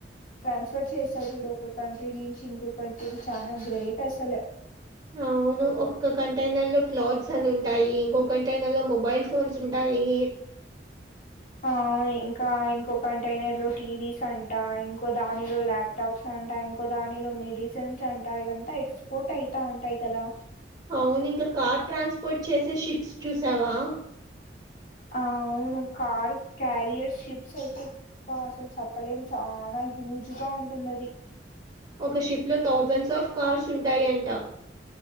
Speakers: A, on the left; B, on the right.
A: ట్రాన్స్ఫర్ చేసళ్ళు ఒక కంట్రీ నుంచి ఇంకొక కంట్రీకి చాలా గ్రేట్ అసలు
B: అవు ను ఒక్క కంటైనర్ లో క్లాత్స్ అని ఉంటాయి ఇంకో కంటైనర్ లో మొబైల్ ఫోన్స్ ఉంటాయి
A: ఆ ఇంకా ఇంకో కంటైనర్ లో టీవీస్ అంటా ఇంకో దానిలో ల్యాప్ టాప్స్ అంటా ఇంకో దానిలో మెడిసన్స్ అంటా ఇదంతా ఎక్స్పోర్ట్ అయితా ఉంటాయి కదా
B: అవును ఇంక కార్ ట్రాన్స్పోర్ట్ చేసే షిప్స్ చూసావా
A: ఆ అవును కార్ క్యారియర్ షిప్స్ అయితే పా అసలు చెప్పలేం చాలా హ్యూజ్గా ఉంటుంది అది
B: ఒక షిప్ లో థౌజండ్స్ ఆఫ్ కార్స్ ఉంటాయి అంటా